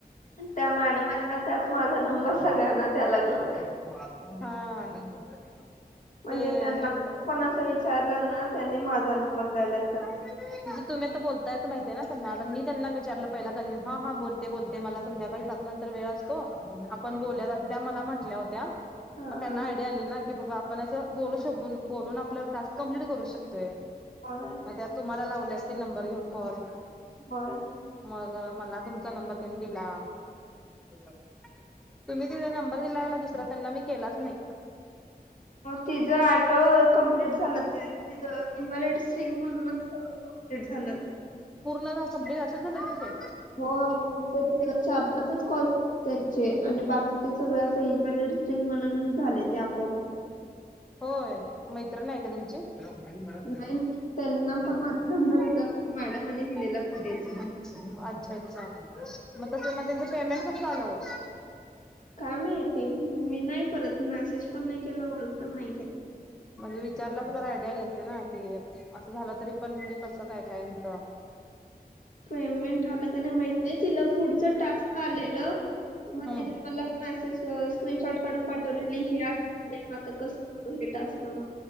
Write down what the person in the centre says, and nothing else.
<unintelligible>
ते
मी
म्हणजे तुम्ही आता बोलताय असं माहितय ना सना मी त्यांना विचारलं कन् ह ह ब ब मला संध्याकाळी सात नंतर वेळ असतो आपण ब म म्हटल्या हो
म त्यांना
आयडया पण असं बोलू शून बोलून आपला क्लास कमप्लीट करू शकतोय
मग त्या तुम्हाला लावल्या असतील नंबर घेऊन कॉल
मग मला तुमचा नंबर त्यांनी दिला तुम्ही तीचा नंबर दिलायं दुसरा त्यांना मी केलाच नाही
पूर्ण टास्क कम्प्लीट सगळे अ असेच झाले त्याचे
होय मैत्रण आहे का तुमची <unintelligible>
अच्छा अच्छा मग तस मग त्यांचं पेमेंट कसं आलं
म्हणजे विचारला तर ज आयडिया लसते ना की असं झालं तरी पण म्हणजे कसं काय कायच <unintelligible>
हम्म